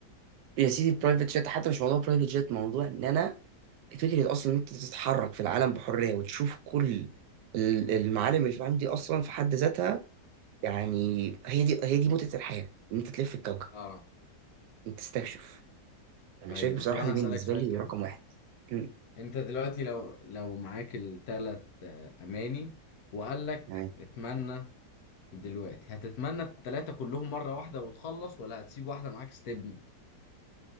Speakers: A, on the right; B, on the left.
A: يا سيدي برايفت جيت حتى مش موضوع برايفت جيت موضوع ان انا فكره اصلا ان انت تتحرك في العالم بحريه وتشوف كل ال- المعالم اللي في العالم دي اصلا في حد ذاتها يعني هي دي هي دي متعه الحياه ان انت تلف الكوكب
B: اه
A: انت تستكشف انا
B: ايوه
A: شايف بصراحه
B: طب انا
A: دي بالنسبه
B: هسألك سؤال
A: لي
B: كده
A: رقم واحد مم.
B: انت دلوقتي لو لو معاك التلات آه، اماني وقال لك
A: تمام
B: اتمنى دلوقتي هتتمنى التلاتة كلهم مرة واحدة وتخلص ولا هتسيب واحدة معاك ستيب